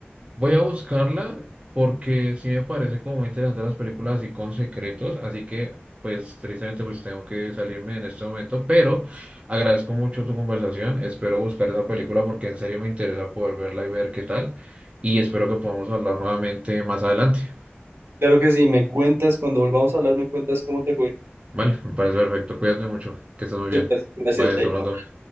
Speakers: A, on the right; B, on the right.
A: Voy a buscarla porque sí me parece como muy interesante las películas así con secretos, así que pues tristemente pues tengo que salirme en este momento, pero agradezco mucho tu conversación, espero buscar esa película porque en serio me interesa poder verla y ver qué tal y espero que podamos hablar nuevamente más adelante.
B: Claro que sí, me cuentas, cuando volvamos a hablar, me cuentas cómo te fue.
A: Vale, me parece perfecto, cuídate mucho, que estés muy bien.
B: Súper, gracias,
A: Bye, hasta
B: Chaito.
A: pronto.